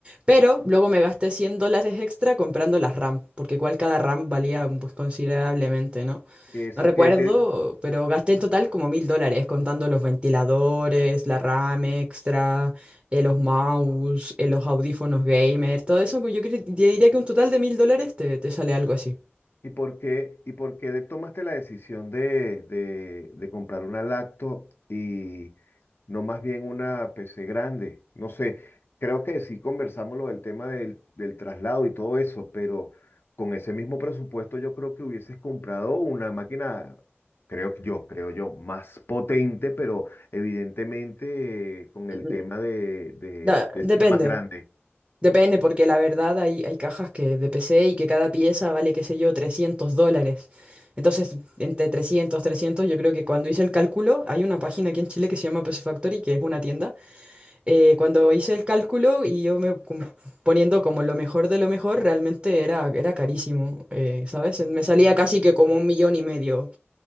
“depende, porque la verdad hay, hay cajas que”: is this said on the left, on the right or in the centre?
Right